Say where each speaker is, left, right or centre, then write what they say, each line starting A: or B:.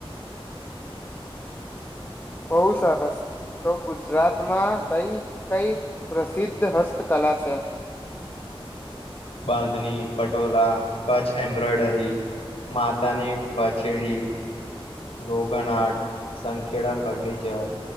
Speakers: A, on the left; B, on the left.
A: બહુ સરસ તો ગુજરાતમાં કઈ કઈ પ્રસિદ્ધ હસ્તકલા છે.
B: બાંધની, પટોળા, કચ્છ એમ્બ્રોઈડરી, માતાની પછેડી રોગન આર્ટ, સંખેડા ફર્નિચર